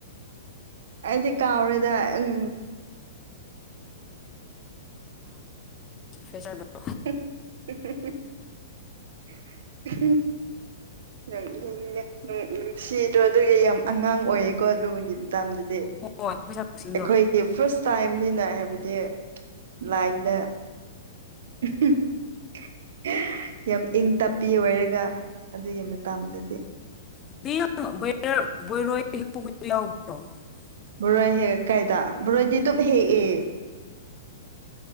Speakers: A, on the right; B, on the left.
A: ꯑꯩꯗꯤ ꯀꯥꯎꯔꯦꯗ ꯎꯝ
B: ꯐꯦꯁꯔ ꯗꯣ
A: <unintelligible> <unintelligible> ꯅꯨꯡꯁꯤ ꯑꯗꯣ ꯑꯗꯨꯒꯤ ꯌꯥꯝ ꯑꯉꯥꯡ ꯑꯣꯏꯌꯦꯀꯣ ꯑꯗꯨꯒꯤ ꯃꯇꯝꯗꯨꯗꯤ ꯑꯩꯈꯣꯏꯒꯤ
B: ꯍꯣꯏ ꯃꯣꯏꯁꯛꯁꯤꯡꯗꯣ
A: ꯐꯥꯔꯁ ꯇꯥꯏꯝꯅꯤꯅ ꯍꯥꯏꯕꯗꯤ ꯂꯥꯏꯟꯗ ꯑꯝꯍꯥ ꯌꯥꯝ ꯏꯪ ꯇꯞꯄꯤ ꯑꯣꯏꯔꯒ ꯑꯗꯨꯒꯤ ꯃꯇꯥꯝꯗꯨꯗꯤ
B: <unintelligible> ꯌꯥꯎꯕ꯭ꯔꯣ
A: ꯕꯣꯔꯣꯏ ꯍꯦꯛ ꯀꯥꯏꯗ ꯕꯣꯔꯣꯏꯗꯤ ꯑꯗꯨꯝ ꯍꯦꯛꯑꯦ